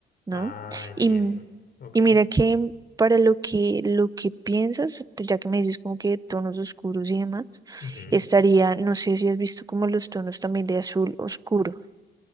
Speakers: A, on the right; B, on the left.
A: ¿no?
B: Ah, entiendo.
A: Y,
B: Ok.
A: y mira que para lo que, lo que piensas, pues ya que me dices como que tonos oscuros y demás,
B: Ujú.
A: estaría, no sé si has visto como los tonos también de azul oscuro,